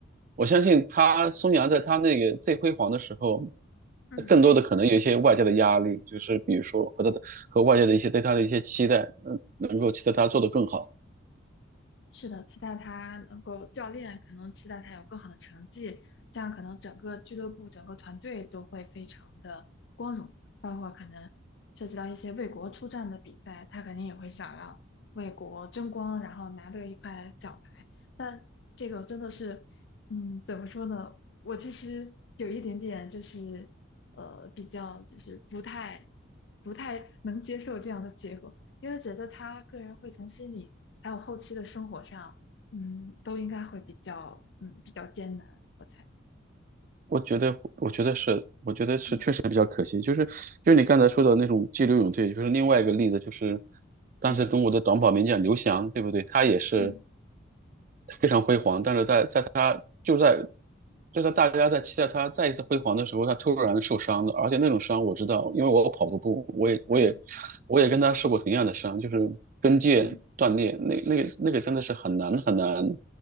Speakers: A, on the right; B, on the left.
A: 我相信他孙杨在他那个最辉煌的时候，
B: 嗯。
A: 更多的可能有一些外界的压力，就是比如说和他的和外界的一些对他的一些期待，嗯，能够期待他做得更好。
B: 是的，期待他能够教练可能期待他有更好的成绩，这样可能整个俱乐部、整个团队都会非常的光荣，包括可能涉及到一些为国出战的比赛，他肯定也会想要为国争光，然后拿得一块奖牌。但这个真的是，嗯，怎么说呢？我其实有一点点就是，呃，比较就是不太不太能接受这样的结果，因为觉得他个人会从心里。还有后期的生活上，嗯，都应该会比较，嗯，比较艰难，我猜。
A: 我觉得，我觉得是，我觉得是确实比较可惜。
B: 嗯
A: 就是就是你刚才说的那种激流勇退，就是另外一个例子，就是当时中国的短跑名将刘翔，
B: 嗯
A: 对不对？他也是
B: 嗯
A: 非常辉煌，但是在在他就在就在大家在期待他再一次辉煌的时候，他突然受伤了，而且那种伤我知道，因为我跑过步，我也我也
B: 嗯
A: 我也跟他受过同样的伤，就是跟腱断裂，
B: 嗯
A: 那那个那个真的是很难很难